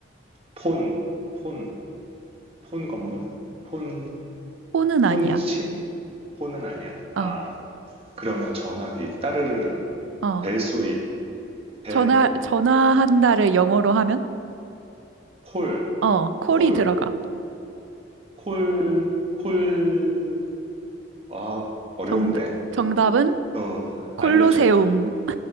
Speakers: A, on the right; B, on the right.
A: 폰. 폰. 폰 건물? 폰,
B: 폰은
A: 폰
B: 아니야.
A: 칩? 폰은 아니야? 아,
B: 어,
A: 그러면 전화기, 따르르릉,
B: 어.
A: 벨소리, 벨,
B: 전화, 전화한다를 영어로 하면?
A: 콜,
B: 어, 콜이
A: 콜,
B: 들어가.
A: 콜, 콜. 아, 어려운데?
B: 정, 정답은
A: 어,
B: 콜로세움.
A: 알려줘.